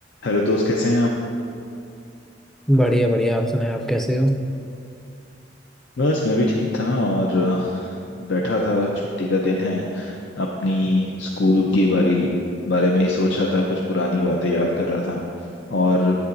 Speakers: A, on the left; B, in the centre.
A: Hello दोस्त कैसे हैं आप
B: बढ़िया बढ़िया आप सुनाए आप कैसे हो
A: बस मैं भी ठीक था और अ, बैठा था छुट्टी का दिन है अपनी स्कूल की बारी बारे में ही सोच रहा था कुछ पुरानी बातें याद कर रहा था और